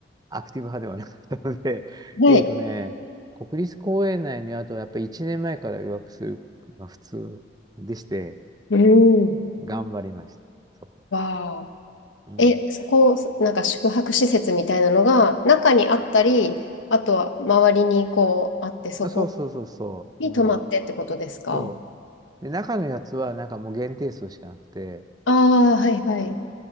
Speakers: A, on the right; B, on the left.
A: アクティブ派ではなかったので、<laughs>
B: はい。
A: えっとね、国立公園内にあと、やっぱり1年前から予約する、まあ、普通でして、
B: うーん。
A: 頑張りました。そ
B: わあ。
A: う。うん。
B: え、そこ、なんか宿泊施設みたいなのが中にあったり、あとは周りにこうあって、そこ
A: あそうそうそうそう。
B: に泊まってってことですか
A: うん。そう。で、中のやつはなんかもう限定数しかなくて、
B: ああー、はいはい。